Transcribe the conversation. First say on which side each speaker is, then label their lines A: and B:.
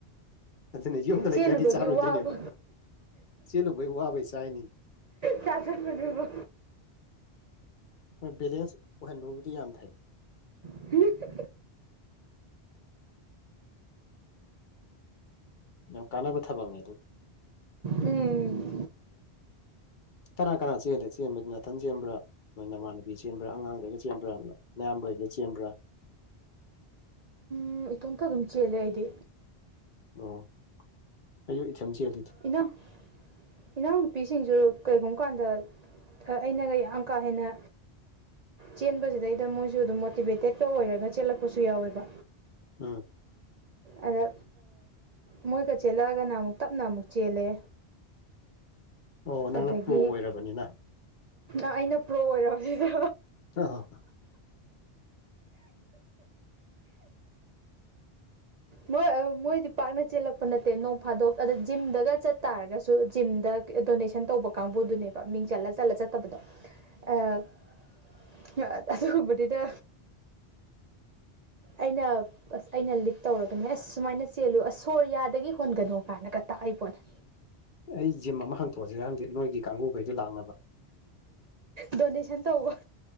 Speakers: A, on the left; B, on the right.
A: ꯑꯗꯨꯅ ꯌꯨꯝꯗ ꯂꯩꯇꯥꯔꯗꯤ
B: ꯆꯦꯜꯂꯨꯕꯒꯤ
A: ꯆꯥꯔꯣꯏꯗꯣꯏꯅꯦꯕ
B: ꯋꯥꯕꯨ
A: ꯆꯦꯜꯂꯨꯕꯩ ꯋꯥꯕꯩ ꯆꯥꯏꯅꯤꯅꯦ
B: ꯆꯥ ꯁꯤꯟꯕꯅꯦꯕ
A: ꯍꯣꯏ ꯕꯦꯂꯦꯟꯁ ꯑꯣꯏꯍꯟꯕꯕꯨꯗꯤ ꯌꯥꯝ ꯐꯩ
B: ꯍꯝ ꯫
A: ꯌꯥꯝ ꯀꯥꯟꯅꯕ ꯊꯕꯛꯅꯦ ꯑꯗꯨ
B: ꯎꯝ
A: ꯀꯅꯥ ꯀꯅꯥ ꯆꯜꯂꯤ ꯆꯦꯟꯕꯗꯤ ꯅꯊꯥꯜ ꯆꯦꯟꯕ꯭ꯔꯥ ꯅꯣꯏ ꯅꯃꯥꯟꯅꯕꯤ ꯆꯦꯟꯕ꯭ꯔꯥ ꯑꯉꯥꯡꯈꯩꯒ ꯆꯦꯟꯕ꯭ꯔꯥ ꯃꯌꯥꯝꯕꯩꯒ ꯆꯦꯟꯕ꯭ꯔꯥ
B: ꯎꯝ ꯏꯇꯣꯝꯇ ꯑꯗꯨꯝ ꯆꯦꯜꯂꯦ ꯑꯩꯗꯤ
A: ꯑꯣ ꯑꯩꯁꯨ ꯏꯊꯥꯜ ꯆꯦꯜꯂꯤꯗ
B: ꯏꯟꯅ <unintelligible> ꯏꯅꯥꯎꯅꯨꯄꯤꯁꯤꯡꯁꯨ ꯀꯔꯤꯒꯨꯝꯕ ꯀꯥꯟꯗ ꯑꯩꯅ ꯌꯥꯝ ꯀꯥ ꯍꯦꯟꯅ ꯆꯦꯟꯕꯁꯤꯗꯩꯗ ꯃꯣꯏꯁꯨ ꯑꯗꯨꯝ ꯃꯣꯇꯤꯕꯦꯇꯦꯠꯠꯇ ꯑꯣꯏꯔꯒ ꯆꯦꯜꯂꯛꯄꯁꯨ ꯌꯥꯎꯋꯦꯕ
A: ꯎꯝ
B: ꯑꯗ ꯃꯣꯏꯒ ꯆꯦꯜꯂꯛꯑꯒꯅ ꯑꯃꯨꯛ ꯇꯞꯅ ꯑꯃꯨꯛ ꯆꯦꯜꯂꯦ
A: ꯑꯣ ꯅꯪꯅ
B: ꯑꯗꯒꯤ
A: ꯄ꯭ꯔꯣ ꯑꯣꯏꯔꯕꯅꯤꯅ
B: ꯑꯩꯅ ꯄ꯭ꯔꯣ ꯑꯣꯏꯔꯕꯁꯤꯗ
A: ꯑ
B: ꯃꯣꯏ ꯃꯣꯏꯗꯤ ꯄꯥꯛꯅ ꯆꯦꯜꯂꯛꯄ ꯅꯠꯇꯦ ꯅꯣꯡ ꯐꯥꯗꯣꯛ ꯑꯗ ꯖꯤꯝꯗꯒ ꯆꯠꯇꯥꯥꯔꯒꯁꯨ ꯖꯤꯝꯗ ꯗꯣꯅꯦꯁꯟ ꯇꯧꯕ ꯀꯥꯡꯕꯨꯗꯨꯅꯦꯕ ꯃꯤꯡ ꯆꯠꯂ ꯆꯠꯂ ꯆꯠꯇꯕꯗꯣ
A: <unintelligible>
B: ꯑꯧ ꯑꯗꯨꯒꯨꯝꯕꯅꯤꯅ ꯑꯩꯅ ꯑꯩꯅ ꯂꯤ ꯇꯧꯔꯒꯅꯦ ꯑꯁ ꯁꯨꯃꯥꯏꯅ ꯆꯦꯜꯂꯨ ꯑꯁ ꯁꯣꯔꯌꯥꯗꯒꯤ ꯍꯣꯟꯒꯅꯨ ꯀꯥꯏꯅꯒ ꯇꯥꯛꯏ ꯄꯣꯠꯅꯦ
A: ꯑꯩ ꯖꯤꯝ ꯑꯃ ꯍꯥꯡꯇꯣꯛꯑꯁꯤꯔ ꯈꯪꯗꯦ ꯅꯣꯏꯒꯤ ꯀꯥꯡꯒꯕꯨꯈꯩꯗꯣ ꯂꯥꯛꯅꯕ
B: ꯗꯣꯅꯦꯁꯟ ꯇꯧꯕ